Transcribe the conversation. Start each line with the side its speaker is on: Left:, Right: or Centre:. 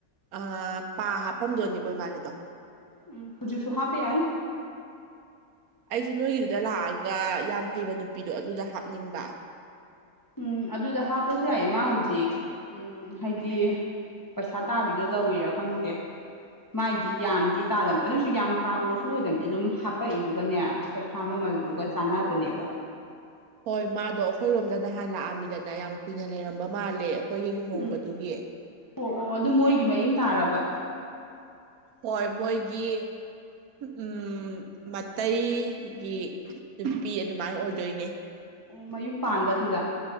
Right: ꯑꯥ ꯄꯥ ꯍꯥꯞꯄꯝꯗꯣꯏꯅꯤꯀꯣ ꯏꯕꯥꯅꯤꯗꯣ꯫
Left: ꯎꯝ ꯍꯨꯖꯤꯛꯁꯨ ꯍꯥꯞꯄ ꯌꯥꯏ꯫
Right: ꯑꯩꯁꯨ ꯅꯣꯏꯒꯤꯗꯨꯗ ꯂꯥꯛꯑꯒ ꯌꯥꯝ ꯍꯩꯕ ꯅꯨꯄꯤꯗꯣ ꯑꯗꯨꯗ ꯍꯥꯞꯅꯤꯡꯕ꯫
Left: ꯎꯝ ꯑꯗꯨꯗ ꯍꯥꯞꯄꯁꯨ ꯌꯥꯏꯌꯦ ꯃꯥ ꯍꯨꯖꯤꯛ ꯎꯝ ꯍꯥꯏꯗꯤ ꯄꯩꯁꯥ ꯇꯥꯕꯤꯗꯣ ꯇꯧꯔꯤꯔꯥ ꯈꯪꯗꯦ꯫ ꯃꯥꯏꯗꯤ ꯌꯥꯝꯗꯤ ꯇꯥꯗꯕꯅꯦ ꯑꯗꯨꯏꯁꯨ ꯌꯥꯝ ꯇꯥꯡꯕꯁꯨ ꯑꯣꯏꯗꯕꯅꯤ ꯑꯗꯨꯝ ꯍꯥꯄꯛꯏꯗꯨꯒꯅꯦ, ꯄꯩꯁꯥ ꯃꯥꯃꯜꯗꯨꯒ ꯆꯥꯟꯅꯕꯅꯦꯕ꯫
Right: ꯍꯣꯏ ꯃꯥꯗꯣ ꯑꯈꯣꯏꯔꯣꯝꯗ ꯅꯍꯥꯟ ꯂꯥꯛꯑꯝꯃꯤꯗꯅ ꯌꯥꯝ ꯀꯨꯏꯅ ꯂꯩꯔꯝꯕ ꯃꯥꯜꯂꯦ ꯑꯩꯈꯣꯏꯒꯤ ꯂꯨꯍꯣꯡꯕꯗꯨꯒꯤ꯫
Left: ꯎꯝ ꯑꯣ ꯑꯣ ꯑꯗꯨ ꯃꯣꯏꯒꯤ ꯃꯔꯤ ꯃꯇꯥ ꯔꯕ?
Right: ꯍꯣꯏ ꯃꯣꯏꯒꯤ ꯎꯝ ꯃꯇꯩꯒꯤ ꯅꯨꯄꯤ ꯑꯗꯨꯃꯥꯏꯅ ꯑꯣꯏꯗꯣꯏꯅꯦ꯫
Left: ꯑꯣ ꯃꯌꯨꯝ ꯄꯥꯟꯕ ꯑꯗꯨꯗ?